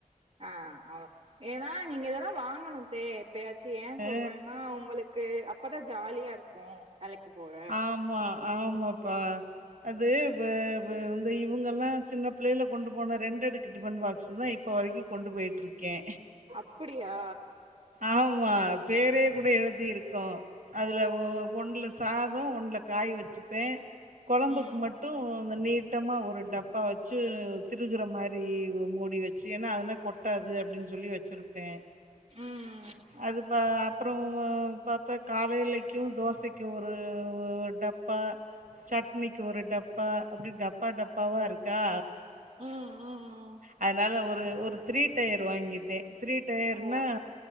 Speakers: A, on the right; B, on the right.
A: ஆ அதா ஏனா நீங்க இதெல்லா வாங்கணு தே இப்பயாச்சி ஏ
B: அ
A: சொல்றேனா உங்களுக்கு அப்பதா ஜாலியா இருக்கு வேலைக்கு போக
B: ஆமா ஆமாப்பா அது வ வ வந்து இவுங்கல்லா சின்ன பிள்ளைல கொண்டு போன ரெண்டடுக்கு டிஃபன் பாக்ஸ் தா இப்ப வரைக்கு கொண்டு போய்ட்ருக்கே
A: அப்பிடியா
B: ஆமா பேரே கூட எழுதி இருக்கோ அதுல
A: ஓ
B: ஒ ஒண்ல சாதோ ஒண்ல காய் வெச்சிப்பே கொழம்புக்கு
A: ம்
B: மட்டூ அந்த நீட்டமா ஒரு டப்பா வெச்சு தி ருகிற மாரி ஒ மூடி வெச்சி ஏன்னா அதுனா கொட்டாது அப்டின் சொல்லி வெச்சிருப்பே
A: ம் ம்
B: அது பா அப்றோமா பாத்தா காலையிலைக்கோ தோசைக் கு ஒரு ஓர் டப்பா சட் னிக்கு ஒரு டப்பா அப்டி டப்பா டப்பாவா இருக்கா
A: ம் ம்
B: அதனால ஒரு ஒரு த்ரீ டயர் வாங்கிட்டே த்ரீ டயர்னா
A: ஓ